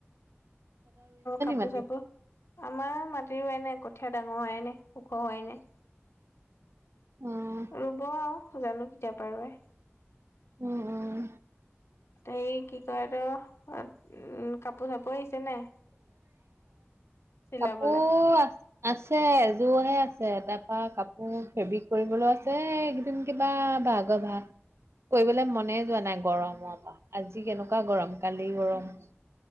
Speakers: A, on the left; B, on the right.
A: কাপোৰ
B: মাটি?
A: চাপোৰ আমাৰ মাটি হোৱাই নাই ক কঠিয়া ডাঙৰ হোৱাই নাই ওখ হোৱাই নাই।
B: উম,
A: ৰুব আৱ জানো কেতিয়াপা ৰোৱে
B: উম উম
A: হে কি কয় তো উ কাপোৰ চাপোৰ আহিছে নাই চিলাবলে
B: কাপোৰ আ আছে এযোৰহে আছে তাৰপা কাপোৰ ফেব্ৰিক কৰিবলৈ আছে এইকেদিন কিবা ভাগ ভাগ কৰিবলৈ মনে যোৱা নাই গৰমৰ পৰা আজি কেনেকুৱা গৰম কালি গৰম